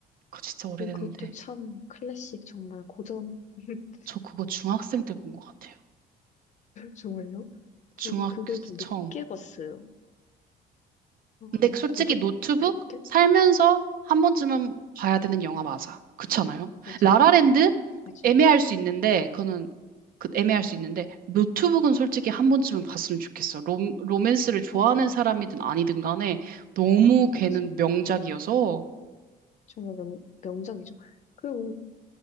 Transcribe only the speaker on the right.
그거 진짜 오래됐는데.
저 그거 중학생 때 본 것 같아요.
중학교
때
처음.
근데 음. 솔직히
노트북
살면서 한 번쯤은 봐야 되는 영화 맞아. 그렇잖아요.
라라랜드
애매할 수 있는데 그거는 그 애매할 수 있는데 노트북은 솔직히 한 번쯤은 봤으면 좋겠어. 롬, 로맨스를 좋아하는
사람이든 아니든 간에 너무
걔는
명작이어서